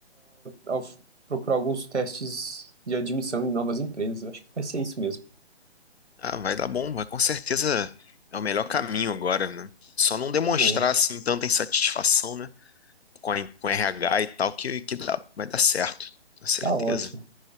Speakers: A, on the right; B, on the left.
A: ao- procurar alguns testes de admissão em novas empresas. Eu acho que vai ser isso mesmo.
B: Ah, vai dar bom, vai com certeza é o melhor caminho agora, né? Só não demonstrar
A: Boa,
B: assim tanta insatisfação, né? Com a, com RH e tal, que, que dá, vai dar certo, com certeza.
A: tá ótimo.